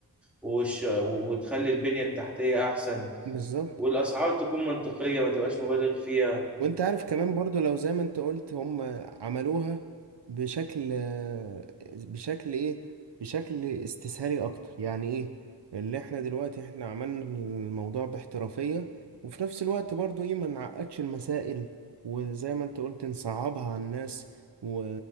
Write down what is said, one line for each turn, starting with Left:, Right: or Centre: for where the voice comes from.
Centre: وش... وتخلي البنية التحتية أحسن
Right: بالظبط
Centre: والأسعار تكون منطقية ما تبقاش مبالغ فيها
Right: وانت عارف كمان برضو لو زي ما انت قلت هم عملوها بشكل بشكل ايه بشكل استسهالي اكتر يعني ايه اللي احنا دلوقتي احنا عملنا الموضوع باحترافية وفي نفس الوقت برضو ايه ما نعقدش المسائل وزي ما انت قلت نصعبها على الناس و...